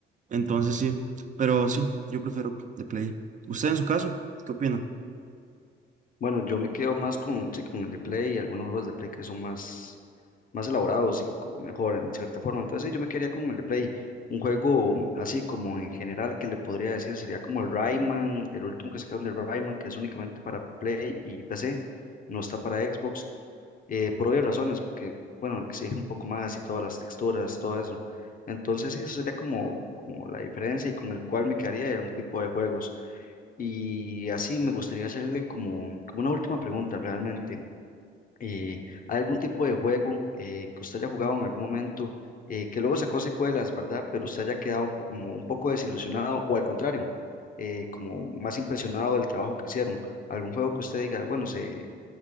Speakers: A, on the right; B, on the left.
A: Entonces sí, pero sí, yo prefiero de Play. ¿Usted en su caso? ¿Qué opina?
B: Bueno, yo me quedo más con, sí, con el de Play y algunos juegos de Play que son más, más elaborados y como mejor en cierta forma. Entonces, sí, yo me quedaría con el de Play. Un juego así como en general que le podría decir sería como el Rayman, el último que sacaron de Rayman, que es únicamente para Play y PC, no está para Xbox, eh, por obvias razones, porque, bueno, exige un poco más y todas las texturas, todo eso. Entonces, sí, eso sería como, como la diferencia y con el cual me quedaría en un tipo de juegos. Y así me gustaría hacerle como, como una última pregunta realmente. Eh, ¿hay algún tipo de juego eh, que usted haya jugado en algún momento eh, que luego sacó secuelas, ¿verdad? Pero usted haya quedado po- como un poco desilusionado o al contrario, eh, como más impresionado del trabajo que hicieron? ¿Algún juego que usted diga, bueno, se,